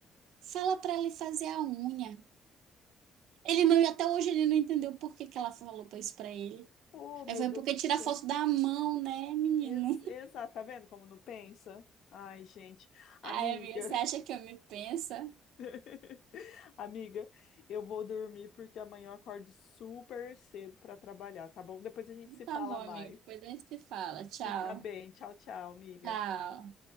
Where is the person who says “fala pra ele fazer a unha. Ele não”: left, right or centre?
Right